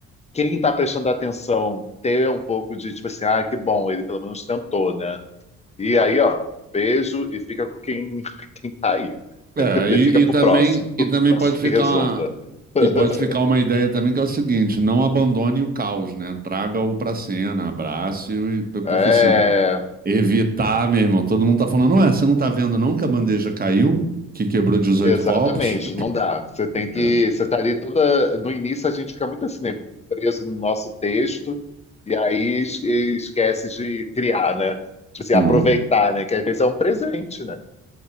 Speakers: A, on the left; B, on the right.
A: quem está prestando atenção ter um pouco de, tipo assim, ah, que bom, ele pelo menos tentou, né? E aí, ó, beijo e fica com quem, <laughs> quem tá aí.
B: É,
A: <laughs>
B: e,
A: Fica
B: e
A: pro
B: também,
A: próximo, <laughs> o
B: e também
A: próximo
B: pode ficar
A: que resolva.
B: uma,
A: <laughs>
B: e pode ficar uma ideia também que é o seguinte, não abandone o caos, né? Traga-o pra cena, abrace-o, e- p- porque
A: É.
B: se evitar, meu irmão, todo mundo tá falando, ué, você não tá vendo não que a bandeja caiu, que quebrou 18
A: Exatamente,
B: copos?
A: não dá. Você tem que.
B: É.
A: Você tá ali toda. No início a gente fica muito assim, né? Preso no nosso texto, e aí es- esquece de criar, né? Tipo assim,
B: Hum,
A: aproveitar, né? Que às vezes é um presente, né?